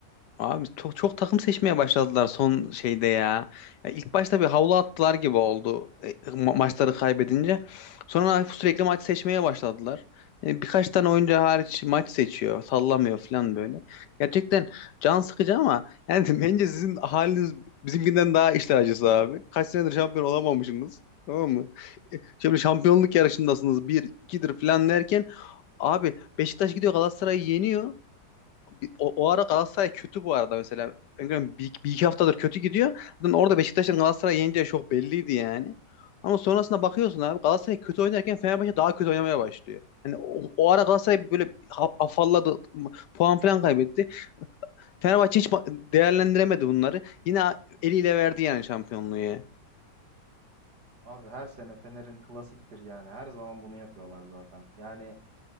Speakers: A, on the left (about 70°); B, on the right (about 60°).
A: Abi çok çok takım seçmeye başladılar son şeyde ya. Ya ilk başta bir havlu attılar gibi oldu e, ma- maçları kaybedince. Sonra sürekli maç seçmeye başladılar. Yani birkaç tane oyuncu hariç maç seçiyor, sallamıyor falan böyle. Gerçekten can sıkıcı ama yani <laughs> bence sizin haliniz bizimkinden daha işler acısı abi. Kaç senedir şampiyon olamamışsınız. Tamam mı? E, Şimdi şampiyonluk yarışındasınız. Bir, ikidir falan derken abi Beşiktaş gidiyor Galatasaray'ı yeniyor o, o ara Galatasaray kötü bu arada mesela. Öngörüm bir, bir iki haftadır kötü gidiyor. Zaten orada Beşiktaş'ın Galatasaray'ı yeneceği çok belliydi yani. Ama sonrasında bakıyorsun abi Galatasaray kötü oynarken Fenerbahçe daha kötü oynamaya başlıyor. Yani o, o ara Galatasaray böyle ha- afalladı, puan falan kaybetti. Fenerbahçe hiç ba- değerlendiremedi bunları. Yine eliyle verdi yani şampiyonluğu. ya.
B: Abi her sene Fener'in klasiktir yani. Her zaman bunu yapıyorlar zaten. Yani